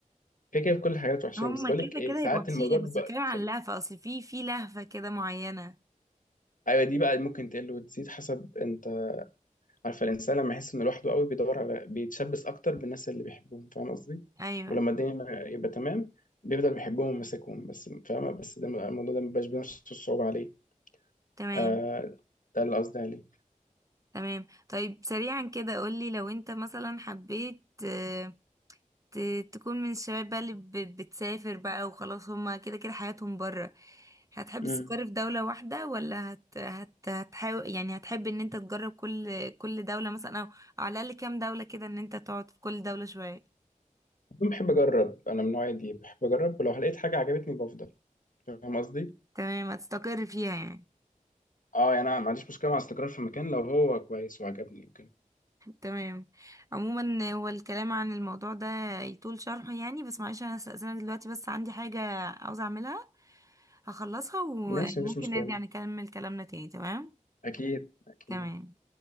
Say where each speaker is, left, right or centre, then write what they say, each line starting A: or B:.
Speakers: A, on the left (about 75°); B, on the right (about 25°).
A: كده كده في كل الحالات وحشاني
B: هما
A: بس بقول
B: كده
A: لك ايه
B: كده
A: ساعات
B: يبقوا وحشينك
A: الموضوع بيبقى
B: بس بتكلم عن
A: سم-
B: اللهفة اصل في في لهفة كده معينة
A: ايوه دي بقى ممكن تقل وتزيد حسب انت عارفه الانسان لما يحس انه لوحده قوي بيدور على بيتشبث اكتر بالناس اللي بيحبهم فاهم قصدي
B: ايوه
A: ولما الدنيا ما يبقى تمام بيفضل بيحبهم وماسكهم بس فاهمه بس ده الموضوع ده ما بيبقاش بنفس الصعوبه عليه
B: تمام
A: آه ده اللي قصدي عليه
B: تمام طيب سريعا كده قولي لو انت مثلا حبيت آه، ت... تكون من الشباب بقى اللي ب... بتسافر بقى وخلاص هما كده كده حياتهم بره هتحب تستقر
A: امم
B: في دولة واحدة ولا هت... هت... هتحاول يعني هتحب ان انت تجرب كل كل دولة مثلا او على الاقل كام دولة كده ان انت تقعد في كل دولة شوية
A: بحب اجرب انا من النوع دي بحب اجرب ولو لقيت حاجه عجبتني بفضل فاهم قصدي؟
B: تمام هتستقر فيها يعني
A: اه يعني انا ما عنديش مشكله مع استقرار في مكان لو هو كويس وعجبني وكده
B: تمام عموما هو الكلام عن الموضوع ده يطول شرحه يعني بس معلش انا استأذنك دلوقتي بس عندي حاجة عاوزة اعملها هخلصها وممكن
A: ماشي مفيش مشكله
B: نرجع نكمل كلامنا تاني تمام
A: اكيد اكيد
B: تمام